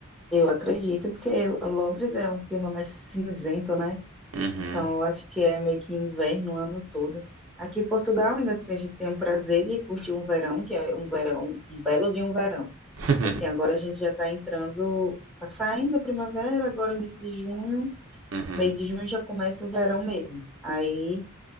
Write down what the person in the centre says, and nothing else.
eu acredito, porque Londres é um clima mais cinzento, né?
Então, eu acho que é meio que inverno o ano todo. Aqui em Portugal ainda tem- a gente tem o prazer de curtir um verão, que é um verão, um belo de um verão.
Assim, agora a gente já está entrando, está saindo a primavera, agora início de junho,
meio de junho já começa o verão mesmo. Aí.